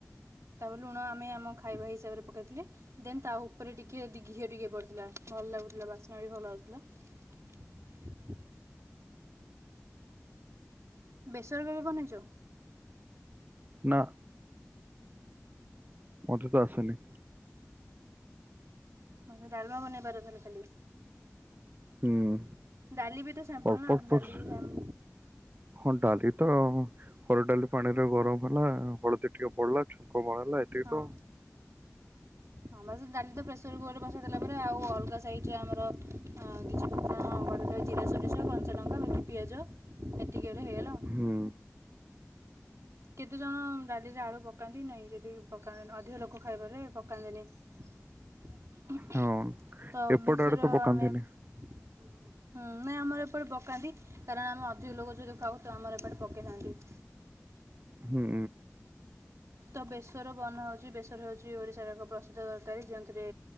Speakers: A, on the right; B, on the right.
A: ତାପରେ ଲୁଣ ଆମେ ଆମ ଖାଇବା ହିସାବରେ ପକାଇଥିଲେ ଦେନ୍ ତା ଉପରେ ଟିକେ ଦି ଘିଅ ଟିକେ ପଡ଼ିଥିଲା। ଭଲ ଲାଗୁଥୁଲା ବାସ୍ନା ବି ଭଲ ଆଉଥୁଲା। ବେସର କେବେ ବନେଇଚ?
B: ନାଁ। ମତେ ତ ଆସେନି।
A: ଆଉ ସେ ଡାଲମା ବନେଇ ପାର ତାହାଲେ ଖାଲି।
B: ହୁଁ
A: ଡାଲି ବି ତ ସାମ୍ପୁଲ୍
B: ଅଳ୍ପ
A: ନାଁ
B: ଅଳ୍ପ
A: ଡାଲି
B: ସ-
A: ବି ସେମ୍।
B: ହଁ ଡାଲି ତ ହରଡ଼ ଡାଲି ପାଣିରେ ଗରମ ହେଲା ହଳଦୀ ଟିକେ ପଡ଼ିଲା ଛୁଙ୍କ ମରାହେଲା ଏତିକି
A: ହଁ
B: ତ ଆଉ।
A: ହଁ ବା ସେ ଡାଲି ତ ପ୍ରେସର୍ କୁକର୍ ରେ ବସେଇଦେଲା ପରେ ଆଉ ଅଲଗା ଚେ ଆମର ଅଁ କିଛି <inaudible> ଅଁ ଘରେ ରୁହେ ଜିରା ଷୋରିଷ କଞ୍ଚା ଲଙ୍କା ବାକି ପିଆଜ ଏତିକି ହେଲେ ହେଇଗଲା
B: ହୁଁ।
A: କେତେଜଣ ଡାଲିରେ ଆଳୁ ପକାନ୍ତି ନାଇଁ ଯଦି ପକାନ୍ତିନି ଅଧିକ ଲୋକ ଖାଇବାରେ ପକାନ୍ତିନେଇ।
B: ହଁ
A: ତ
B: ଏପଟ
A: ବେସର
B: ଆଡେ ତ ପକାନ୍ତିନି
A: ଆମେ ହୁଁ ନାଇଁ ଆମର ଏପଟେ ପକାନ୍ତି କାରଣ ଆମେ ଅଧିକ ଲୋକ ଯଦି ଖାଉ ତ ଆମର ଏପଟେ ପକେଇଥାନ୍ତି। <inaudible>
B: ହୁଁ।
A: ତ ବେସର ବନା ହେଉଛି ବେସର ହେଉଛି ଓଡ଼ିଶାର ଏକ ପ୍ରସିଦ୍ଧ ତରକାରୀ ଯେଉଁଥିରେ